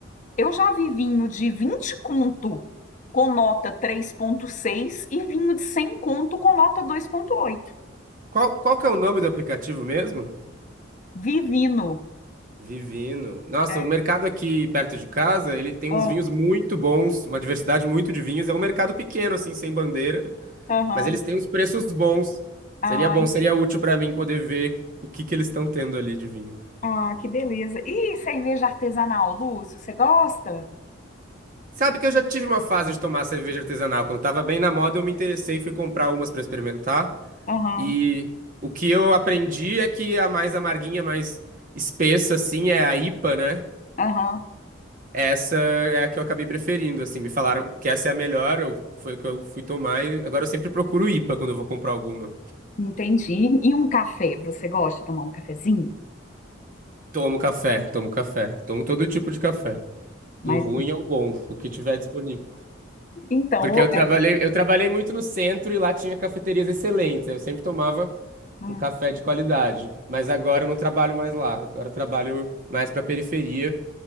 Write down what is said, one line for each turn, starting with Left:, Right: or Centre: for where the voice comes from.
Left: eu já vi vinho de 20 conto com nota três vírgula seis e vinho de 100 conto com nota 2,8.
Right: Qual, qual que é o nome do aplicativo mesmo?
Left: Vivino.
Right: Vivino. Nossa,
Left: É,
Right: o mercado aqui perto de casa, ele tem
Left: ah,
Right: uns vinhos muito bons, uma diversidade muito de vinhos. É um mercado pequeno, assim, sem bandeira,
Left: aham.
Right: mas eles têm os preços bons.
Left: Ai,
Right: Seria bom, seria útil pra mim poder ver o que que eles estão tendo ali de vinho.
Left: ah, que beleza. E cerveja artesanal, Lúcio, você gosta?
Right: Sabe que eu já tive uma fase de tomar cerveja artesanal. Quando tava bem na moda, eu me interessei e fui comprar umas pra experimentar.
Left: Aham,
Right: E o que eu aprendi é que a mais amarguinha, mais espessa, assim, é a IPA, né?
Left: aham.
Right: Essa é a que eu acabei preferindo, assim. Me falaram que essa é a melhor, eu, foi a que eu fui tomar e agora eu sempre procuro IPA quando eu vou comprar alguma.
Left: Entendi. E um café, você gosta de tomar um cafezinho?
Right: Tomo café, tomo café, tomo todo tipo de café, do
Left: Mas
Right: ruim ao bom, o que tiver disponível.
Left: então,
Right: Porque eu
Left: o-
Right: trabalhei,
Left: é,
Right: eu trabalhei muito no centro e lá tinha cafeterias excelentes, eu sempre tomava
Left: hum,
Right: um café de qualidade, mas agora eu não trabalho mais lá, agora eu trabalho mais pra periferia